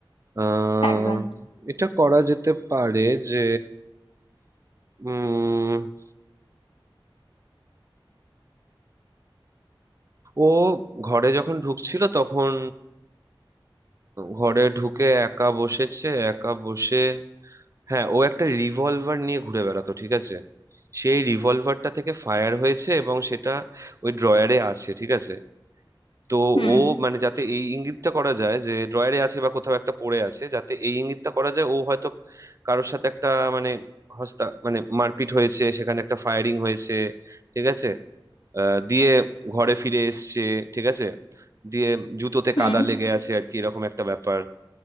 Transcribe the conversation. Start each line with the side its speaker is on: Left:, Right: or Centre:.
Right: আহ
Left: একদম
Right: এটা করা যেতে পারে যে উম ও ঘরে যখন ঢুকছিল তখন ঘরে ঢুকে একা বসেছে একা বসে হ্যাঁ ও একটা রিভলভার নিয়ে ঘুরে বেড়াতো ঠিক আছে সেই রিভলভারটা থেকে ফায়ার হয়েছে এবং সেটা ওই ড্রয়ারে আছে ঠিক আছে তো
Left: হুম
Right: ও মানে যাতে এই ইঙ্গিতটা করা যায় যে ড্রয়ারে আছে বা কোথাও একটা পড়ে আছে যাতে এই ইঙ্গিতটা করা যায় ও হয়তো কারোর সাথে একটা মানে হস্তা মানে মারপিট হয়েছে সেখানে একটা ফায়ারিং হয়েছে ঠিক আছে আহ, দিয়ে ঘরে ফিরে এসছে ঠিক আছে দিয়ে জুতোতে
Left: হুম
Right: কাদা লেগে আছে আর কি এরকম একটা ব্যাপার